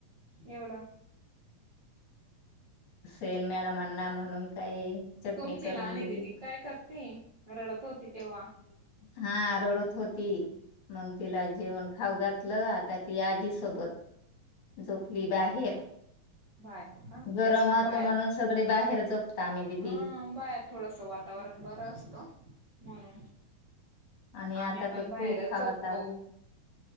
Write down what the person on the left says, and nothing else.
सेल मॅडमाना म्हणून काही चटणी
करून
दिली.
हा रडत होती मग तिला जेवण खाऊ घातलं आता ती आजी सोबत झोपली बाहेर.
गरम
होतं
म्हणून सगळे बाहेर झोपता आम्ही दिदी.
आणि आता
तर
खूप हवा
चालू आहे.